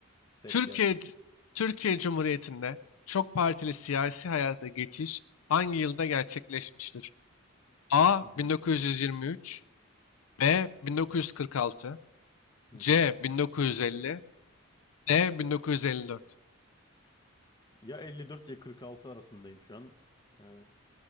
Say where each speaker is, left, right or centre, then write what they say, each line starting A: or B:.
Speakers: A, on the left (about 20°); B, on the left (about 85°).
A: Seç
B: Türkiye
A: gelsin.
B: Türkiye Cumhuriyeti'nde çok partili siyasi hayata geçiş hangi yılda gerçekleşmiştir? A
A: Hı hı,
B: 1923, B 1946,
A: hı
B: C
A: hı.
B: 1950, D 1954.
A: Ya 54 ya 46 arasındayım şu an. Ee,